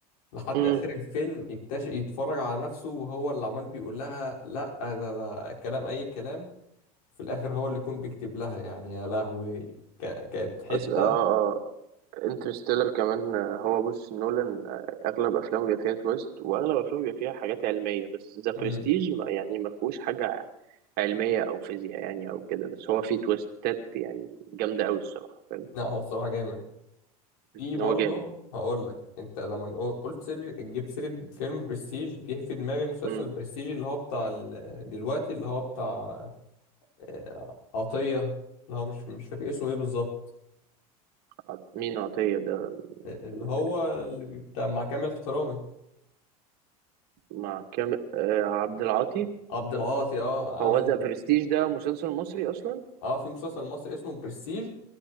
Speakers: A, on the left; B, on the right.
A: لحد
B: امم
A: آخر الفيلم يكتشف يتفرج على نفسه وهو اللي عمال بيقول لها لا ده, ده كلام أي كلام في الآخر هو اللي يكون بيكتب لها يعني يا لهوي ك- كانت حتة
B: أس... اه اه انترستيلر كمان آه، هو بص نولان آه، اغلب افلامه بيبقى فيها تويست واغلب افلامه بيبقى فيها حاجات علميه بس ذا
A: مم.
B: برستيج يعني ما فيهوش حاجه علميه او فيزياء يعني او كده بس هو فيه تويستات يعني جامده قوي الصراحه فاهم
A: لا هو الصراحة جامد في برضه
B: إن هو جامد
A: هقول لك انت لما قو- قلت سر جبت سيرة فيلم برستيج جه في دماغي مسلسل
B: مم.
A: برستيج اللي هو بتاع ال- دلوقتي اللي هو بتاع آه، عطية اللي هو مش مش فاكر اسمه ايه بالظبط
B: عط- مين عطيه ده
A: آه، اللي
B: يعني
A: هو اللي بي- بتاع مع كامل احترامي
B: مع كام آه، عبد العاطي
A: عبد العاطي اه
B: هو
A: عامل
B: ذا برستيج ده مسلسل مصري اصلا
A: اه في مسلسل مصري اسمه برستيج